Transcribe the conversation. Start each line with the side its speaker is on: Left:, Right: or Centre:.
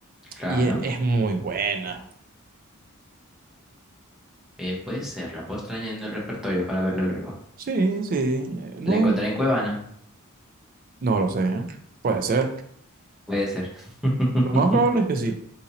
Centre: claro.
Right: y e- es, muy buena.
Centre: Eh, puede ser, la puedo estar añadiendo el repertorio para verla luego.
Right: Sí, sí. eh, No,
Centre: ¿La encontraré en Cuevana?
Right: no lo sé. ¿eh? Puede ser.
Centre: Puede ser. <laughs>
Right: Lo más probable es que sí.